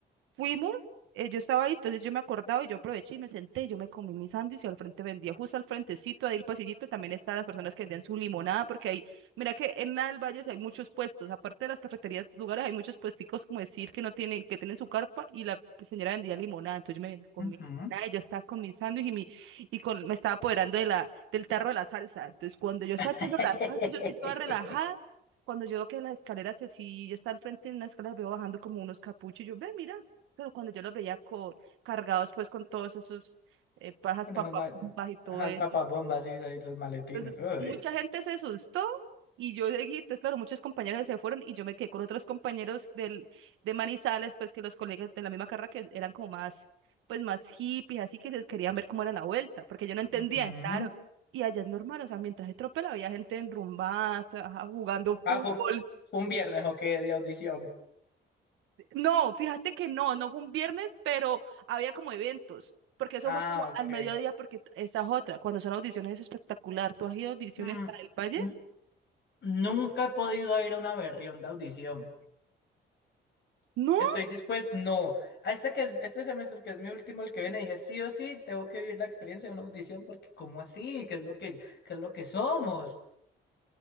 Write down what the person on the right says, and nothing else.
Fuimos, eh, yo estaba ahí, entonces yo me acordaba y yo aproveché y me senté, yo me comí mis sándwich y al frente vendía, justo al frentecito, ahí el pasillito, también estaban las personas que vendían su limonada, porque ahí, mira que en la del Valle sí hay muchos puestos, aparte de las cafeterías, lugares, hay muchos puesticos, como decir, que no tienen, que tienen su carpa y la señora vendía limonada, entonces yo me ven- comí
mi limonada y yo estaba con mi sándwich y, mi, y con, me estaba apoderando de la, del tarro de la salsa, entonces cuando yo estaba
echando la salsa, yo estoy toda relajada, cuando yo veo que las escaleras, así, yo estaba al frente de una escalera, veo bajando como unos capuchos, y yo, ve, mira, pero cuando yo los veía co- cargados pues con todos esos eh, pajas
papas
y todo
eso,
entonces
mucha gente se asustó y yo seguí, entonces claro, muchos compañeros se fueron y yo me quedé con otros compañeros del, de Manizales, pues que los colegas de la misma carrera que eran como más, pues más hippies, así que se querían ver cómo era la vuelta, porque ellos no entendían,
claro. Y allá es normal, o sea, mientras se tropela había gente enrumbada, ajá, jugando
fútbol.
No, fíjate que no, no fue un viernes, pero había como eventos, porque eso
fue como
al mediodía, porque t- esa es otra, cuando son audiciones es espectacular. ¿Tú has ido a audiciones
a del Valle?
No,